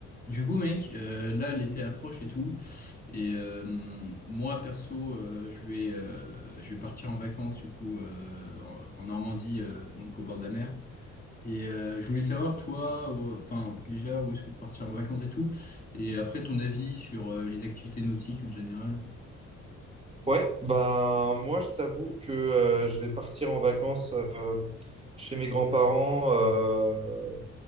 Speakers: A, on the left; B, on the right.
A: Du coup, mec, euh, là, l'été approche et tout. Et euh, moi, perso, euh, je vais, euh, je vais partir en vacances, du coup, euh, en en Normandie, euh, donc au bord de la mer. Et euh, je voulais savoir, toi, où- enfin, déjà, où est-ce que tu partirais en vacances et tout. Et après, ton avis sur euh, les activités nautiques en général.
B: Ouais, ben moi je t'avoue que euh, je vais partir en vacances euh, chez mes grands-parents euh,